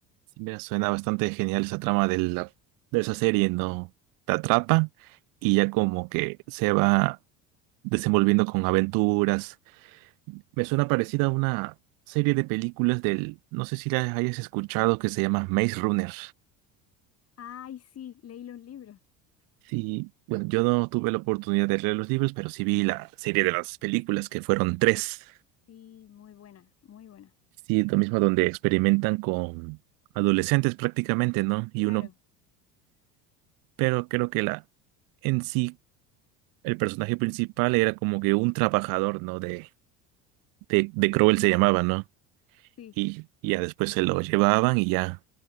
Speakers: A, on the right; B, on the left.
A: Sí, mira, suena bastante genial esa trama de la, de esa serie, ¿no? Te atrapa y ya como que se va desenvolviendo con aventuras. Me suena parecida a una serie de películas del, no sé si la hayas escuchado, que se llama Maze Runner.
B: Ay, sí, leí los libros.
A: Sí, bueno, yo no tuve la oportunidad de leer los libros, pero sí vi la serie de las películas, que fueron tres.
B: Sí, muy buena, muy buena.
A: Sí, lo mismo donde experimentan con adolescentes prácticamente, ¿no? Y
B: Claro,
A: uno, pero creo que la en sí, el personaje principal era como que un trabajador, ¿no? De, de, de Crowell
B: claro,
A: se llamaba, ¿no?
B: sí.
A: Y y ya después se lo llevaban y ya